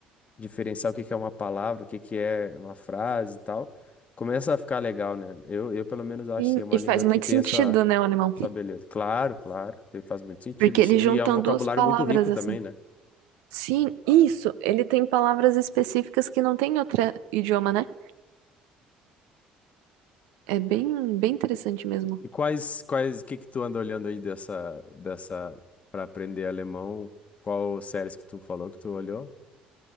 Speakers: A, on the left (about 35°); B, on the right (about 65°).
A: diferenciar o que que é uma palavra, o que que é uma frase e tal. Começa a ficar legal, né? Eu, eu pelo menos acho
B: E,
A: assim, é uma
B: e
A: língua
B: faz muito
A: que tem
B: sentido,
A: essa,
B: né, o alemão?
A: essa beleza. Claro, claro, tem- faz muito sentido
B: Porque
A: assim.
B: eles
A: E
B: juntam
A: é um vocabulário
B: duas palavras,
A: muito rico também,
B: assim.
A: né?
B: Sim, isso. Ele tem palavras específicas que não tem em outro idioma, né? É bem, bem interessante mesmo.
A: E quais, quais, que que tu anda olhando aí dessa, dessa, para aprender alemão? Qual séries que tu falou que tu olhou?